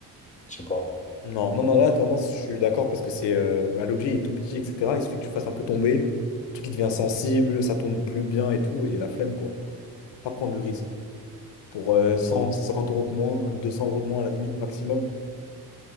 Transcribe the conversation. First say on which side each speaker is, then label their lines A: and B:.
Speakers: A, on the left (about 15°); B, on the left (about 70°).
A: je sais pas.
B: Non, non, non, là, vraiment, je suis d'accord parce que c'est euh, bah, l'objet est tout petit, etc. Il suffit que tu fasses un peu tomber. Le truc, il devient sensible, ça tourne plus bien et tout. Et la flemme, quoi. Pas prendre le risque. Pour euh,
A: Ouais.
B: 100, 150 euros de moins, euh, 200 euros de moins à la limite maximum,